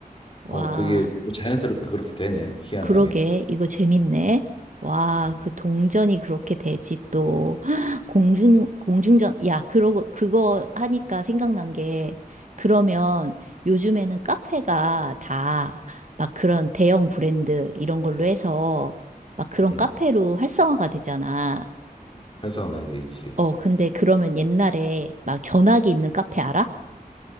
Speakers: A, on the right (about 55°); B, on the left (about 35°).
A: 와,
B: 어, 그게 또 자연스럽게 그렇게 되네. 희한하게.
A: 그러게. 이거 재밌네. 와,
B: 음,
A: 그 동전이 그렇게 되지 또. <gasps> 공중, 공중전. 야, 그러고, 그거 하니까 생각난 게, 그러면 요즘에는 카페가 다 막 그런 대형 브랜드 이런 걸로 해서 막 그런
B: 음.
A: 카페로 활성화가 되잖아.
B: 활성화 많이 돼 있지.
A: 어, 근데 그러면 옛날에 막 전화기 있는 카페 알아?